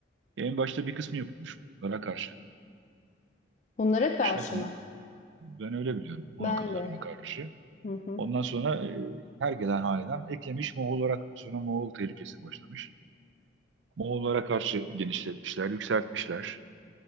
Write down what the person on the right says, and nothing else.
En başta bir kısmı yapılmış bunlara karşı
yapmışlar
bunu.
Ben öyle biliyorum Hun
akımlarına
karşı.
Ondan sonra e, her gelen hanedan eklemiş Moğol olarak sonra Moğol tehlikesi başlamış. Moğollara karşı genişletmişler, yükseltmişler,